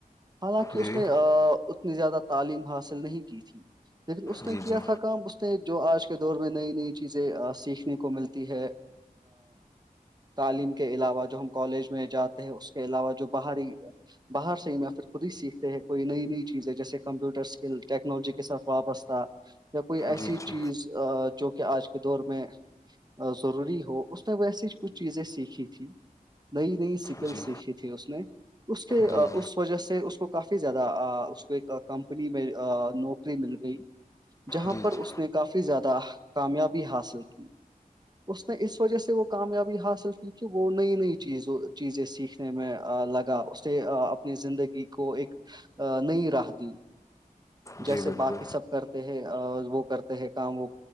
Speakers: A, on the right; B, on the left.
A: حالانکہ اس
B: جی
A: نے اتنی زیادہ تعلیم حاصل نہیں کی تھی لیکن اس نے
B: جی
A: کیا
B: جی
A: تھا کام جو آج کے دور میں نئی نئی چیزیں سیکھنے کو ملتی ہے تعلیم کے علاوہ جو ہم کالج میں جاتے ہیں اس کے علاوہ جو باہری باہر سے ہی یا پھر خود ہی سیکھتے ہیں کوئی نئی نئی چیزیں جیسے کمپیوٹر اسکل ٹیکنالوجی کے ساتھ وابستہ یا کوئی ایسی
B: جی جی جی
A: چیز جو کہ آج کے دور میں ضروری ہو اس نے ویسے ہی کچھ چیزیں سیکھی تھی نئی نئی سکل
B: جی
A: سیکھی تھی اس نے اس کے
B: جی جی
A: اس وجہ سے اس اس کو کافی زیادہ اس کو ایک کمپنی میں نوکری مل گئی جہاں
B: جی
A: پر اس نے کافی زیادہ کامیابی حاصل کی اس نے اس وجہ سے وہ کامیابی حاصل کی کہ وہ نئی نئی چیز چیزیں سیکھنے میں لگا اس سے اپنی زندگی کو ایک نئی راہ دی جیسے
B: جی بالکل
A: باقی سب کرتے ہیں اور وہ کرتے ہے کام وہ